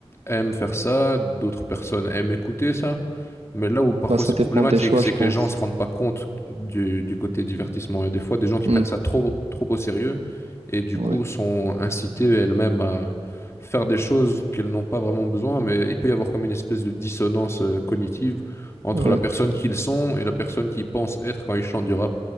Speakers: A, on the left (about 25°); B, on the right (about 70°).
A: aiment faire ça, d'autres personnes aiment écouter ça. Mais là où parfois
B: Bah, ça
A: c'est
B: dépend
A: problématique,
B: des choix,
A: c'est
B: je pense.
A: que les gens se rendent pas compte du, du côté divertissement. Et des fois, des gens qui prennent
B: Mm.
A: ça trop, trop au sérieux et du
B: Ouais,
A: coup sont incitées elles-mêmes à faire des choses qu'elles n'ont pas vraiment besoin, mais il peut y avoir comme une espèce de dissonance euh, cognitive entre
B: ouais.
A: la personne qu'ils sont et la personne qu'ils pensent être quand ils chantent du rap.